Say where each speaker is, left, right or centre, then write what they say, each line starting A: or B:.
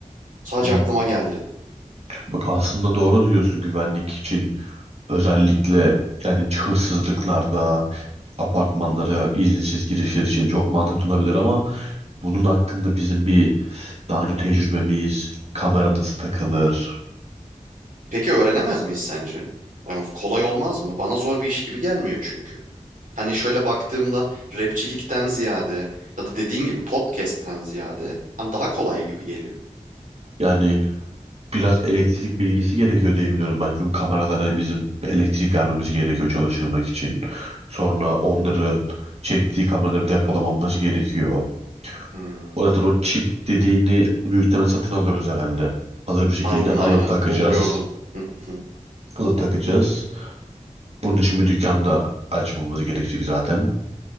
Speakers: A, on the right; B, on the right.
A: Sadece
B: yani
A: aklıma geldi.
B: bak aslında doğru diyorsun güvenlik için özellikle yani hırsızlıklarda apartmanlara izinsiz girişler için çok mantıklı olabilir ama bunun hakkında bizim bir daha önce tecrübemiz kamera nasıl takılır
A: Peki öğrenemez miyiz sence? Yani kolay olmaz mı? Bana zor bir iş gibi gelmiyor çünkü. Hani şöyle baktığımda rapçilikten ziyade ya da dediğin gibi podcast'ten ziyade hani daha kolay gibi geliyor.
B: yani biraz elektrik bilgisi gerekiyor diye biliyorum ben. Çünkü kameralara bizim elektrik vermemiz gerekiyor çalıştırmak için. Sonra onları çektiği kameraları depolamamız gerekiyor.
A: Hmm,
B: O zaten o çip dediğini büyük ihtimal satın alıyoruz herhalde. Hazır bir şekilde
A: Aynen aynen
B: alıp takacağız.
A: onu gördüm. Hı hı.
B: Alıp takacağız. Bunun için bir dükkan da açmamız gerekecek zaten.